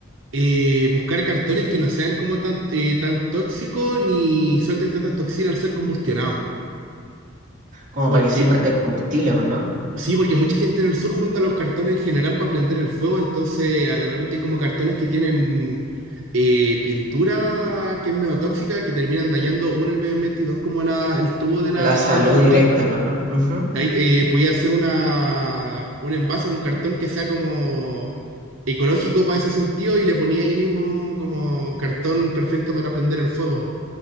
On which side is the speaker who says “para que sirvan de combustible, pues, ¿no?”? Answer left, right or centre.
Right